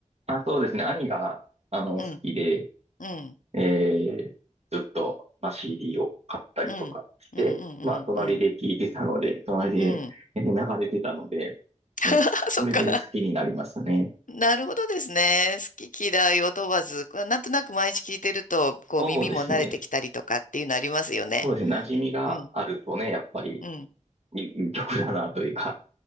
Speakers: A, on the right; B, on the left.
A: あ、そうですね。兄が、あの、
B: うん、
A: 好きで、
B: うん、
A: えーずっと、まあ、CD を買ったりとかして、
B: うん、うん、うん、
A: まあ、隣で聴いてたので、
B: うん、うん。
A: 隣でえー流れてたので、
B: うん。
A: ね、
B: あ、そっか。
A: それで好きになりましたね。
B: なるほどですね。好き嫌いを問わず、こうなんとなく毎日聞いてると、こう耳も慣れてきたりとかっていうのありますよね。
A: そうですね。そうですね。馴染みがあるとね、
B: うん、
A: やっぱり
B: うん、
A: いいい曲だなというか、